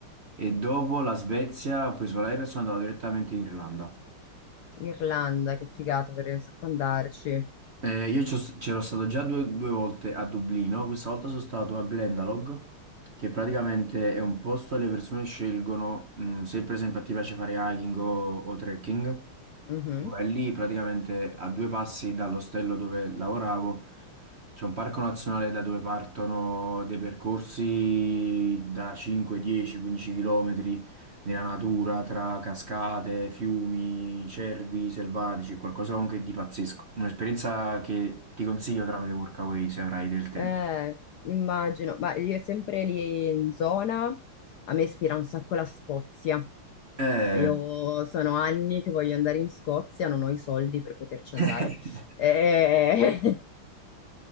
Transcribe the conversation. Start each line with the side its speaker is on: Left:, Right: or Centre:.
Right: E dopo la Svezia ho preso l'aereo e sono andato direttamente in Irlanda.
Left: Irlanda, che figata, vorrei un sacco andarci.
Right: Eh, io c'ho- c'ero stato già due, due volte a Dublino, questa volta sono stato a Glendalough, che praticamente è un posto dove le persone scelgono, mh, se per esempio ti piace fare hiking o, o trekking.
Left: Mm-hmm.
Right: Vai lì praticamente a due passi dall'ostello dove lavoravo c'è un parco nazionale da dove partono dei percorsi da 5, 10, 15 km nella natura tra cascate, fiumi, cervi selvatici, qualcosa comunque di pazzesco. Un'esperienza che ti consiglio tramite Workaway se avrai del tempo.
Left: Eh, immagino, ma io sempre lì in zona, a me ispira un sacco la Scozia.
Right: Eh.
Left: Io sono anni che voglio andare in Scozia, non ho i soldi per poterci
Right: <laughs>
Left: andare. Eh, <laughs>